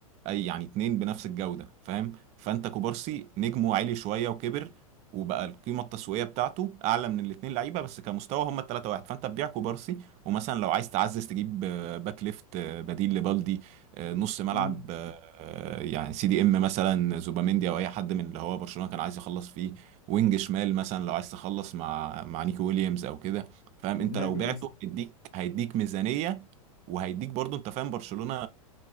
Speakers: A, on the right; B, on the left.
A: اي يعني اتنين بنفس الجوده فاهم فانت كوبارسي نجمه عالي شويه وكبر وبقى القيمه التسويقيه بتاعته اعلى من الاتنين لعيبه بس كمستوى هم التلاته واحد فانت تبيع كوبارسي ومثلا لو عايز تعزز تجيب آه، باك ليفت آه، بديل لبالدي آه، نص ملعب
B: مم.
A: آه، آه، يعني سي دي ام مثلا زوباميندي او اي حد من اللي هو برشلونه كان عايز يخلص فيه وينج شمال مثلا لو عايز تخلص مع مع نيكو ويليامز او كده فاهم
B: مهاجم
A: انت لو بعته
B: مثلا
A: هيديك هيديك ميزانية وهيديك برضو انت فاهم برشلونة